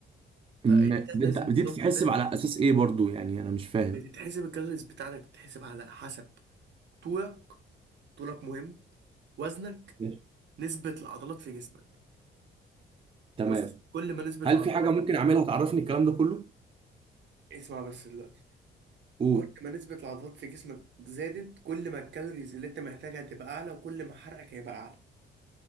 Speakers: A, on the right; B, on the right.
A: فانت
B: م- ده
A: لازم
B: انت
A: نظام
B: دي بتتحسب
A: غذائي
B: على اساس ايه برضو يعني انا مش فاهم
A: بتتحسب الكالوريز بتاعتك بتتحسب على حسب طولك طولك مهم وزنك
B: ماشي
A: نسبة العضلات في جسمك
B: تمام
A: بص كل ما نسبة
B: هل
A: العضلات
B: في حاجة ممكن أعملها تعرفني الكلام ده كله؟
A: اسمع بس دلوقتي
B: قول
A: كل ما نسبة العضلات في جسمك زادت كل ما الكالوريز اللي انت محتاجها تبقى اعلى وكل ما حرقك هيبقى اعلى